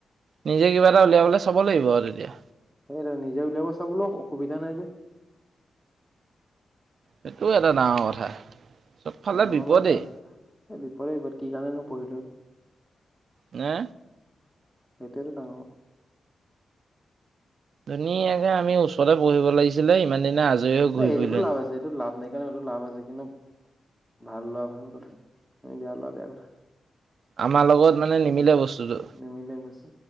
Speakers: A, on the right; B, in the centre.
A: নিজে কিবা এটা উলিয়াবলে চাব লাগিব আৰু তেতিয়া
B: সেই নিজে উলিয়াব চাবলৈ অসুবিধা নাই যে
A: সেইটোও এটা ডাঙৰ কথা চবফালে
B: ডাঙৰ
A: বিপদেই
B: মানে ডাঙৰ এই বিপদ বিপদ কি কাৰণেনো পঢ়িলো আৰু
A: হে
B: সেইটোৱেতো ডাঙৰ
A: ধুনীয়াকে আমি ওচৰতে পঢ়িব লাগিছিলে ইমান দিনে আজৰি হৈ
B: নাই
A: ঘূৰি
B: এইটোতো
A: ফুৰিলোহেঁতেন
B: লাভ আছে এইটো লাভ নাই সেই কাৰণে এইটো লাভ আছে কিন্তু ভাল লৰা ভাল কথা আমি বেয়া লৰা বেয়া কথা
A: আমাৰ লগত মানে নিমিলে বস্তুটো
B: নিমিলে বস্তু